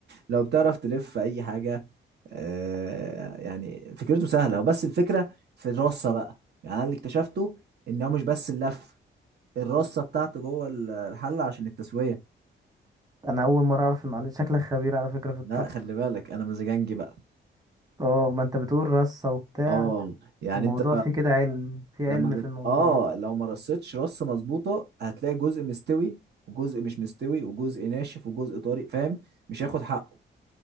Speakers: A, on the right (about 55°); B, on the right (about 20°).
A: لو بتعرف تلف في اي حاجه آه، يعني فكرته سهله وبس الفكره في الرصه بقى يعني انا اللي اكتشفته ان هو مش بس اللف الرصه بتاعته جوه ال- الحله عشان التسويه
B: انا اول مره اعرف المعلم شكلك خبير على فكره في الطبخ
A: لا خلي بالك انا مزاجنجي بقى
B: اه ما انت بتقول رصه وبتاع
A: اه يعني
B: الموضوع
A: انت
B: فيه كده علم في
A: لما
B: علم
A: بت...
B: في الموضوع
A: اه لو ما رصتش رصه مظبوطه هتلاقي جزء مستوي وجزء مش مستوي وجزء ناشف وجزء طري فاهم مش هياخد حقه